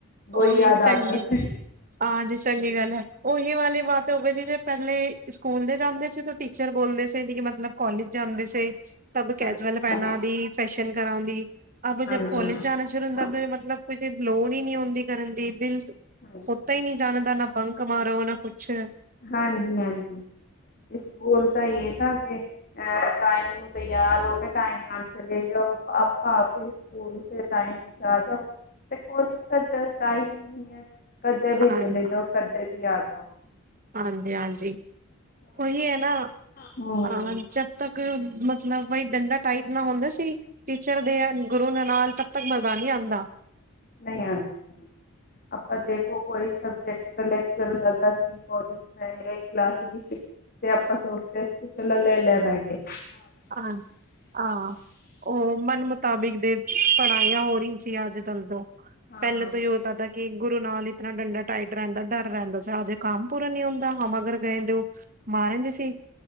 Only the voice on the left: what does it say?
ਵੋਹੀ
ਯਾਦ
ਆਤਾ ਸੀ।
ਹਾਂਜੀ
ਹਾਂਜੀ
ਹਾਂਜੀ ਕੋਲਜ
ਹਾਂਜੀ
ਹਾਂਜੀ-ਹਾਂਜੀ ਇਸਕੂਲ ਤਾਂ ਯੇ ਥਾਂ ਕਿ ਏ ਟਾਈਮ ਨੂੰ ਤਿਆਰ ਹੋ ਕੇ ਟਾਈਮ ਨਾਲ ਚਲੇ ਜਾਓ ਆਪਾ ਫੇਰ ਸਕੂਲ ਸੇ ਟਾਈਮ ਵਿੱਚ ਆ ਜਾਓ। ਤੇ' ਕੋਲੇਜ ਤਾਂ ਚਲ ਟਾਈਮ ਹੀ ਨਹੀਂ ਹੈ ਕਦੇ
ਵੀ ਚਲੇ ਜਾਓ। ਕਦੇ ਵੀ ਆ ਜਾਓ।
ਹੂੰ
ਨਹੀਂ ਆਂਦਾ ਆਪਾਂ ਦੇਖੋ ਕੋਈ ਸਬਜੈਕਟ ਦਾ ਲੈਕਚਰ ਲੱਗਾ ਸੀ ਕਾਲਜ ਮੈਂ ਕਲਾਸ ਵਿੱਚ ਤੇ ਆਪਾਂ ਸੋਚਦੀ ਕੇ ਚਲੋ ਲੈ ਲਾ ਵੈਗੇ
ਹਾਂ